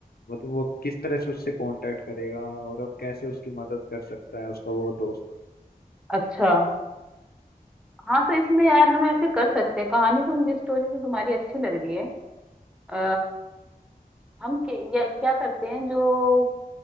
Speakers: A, on the left; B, in the centre.
A: मतलब वो किस तरह से उससे कांटेक्ट करेगा और अब कैसे उसकी मदद कर सकता है उसका वो दोस्त
B: अच्छा हाँ तो इसमें यार हम ऐसे कर सकते हैं कहानी तो मुझे स्टोरी तो तुम्हारी अच्छी लग रही है अ हम के, या, क्या करते हैं जो